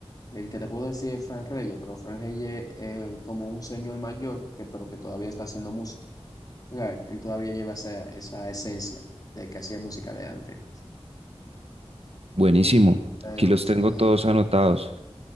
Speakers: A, on the left (about 35°); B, on the right (about 70°).
A: El que te puedo decir es Fran Reyes, pero Fran Reyes es como un señor mayor, que, pero que todavía está haciendo música. ¿sabes? Él todavía lleva esa, esa esencia de que hacía música de antes.
B: Buenísimo.
A: Pero
B: Aquí los
A: sí.
B: tengo todos anotados.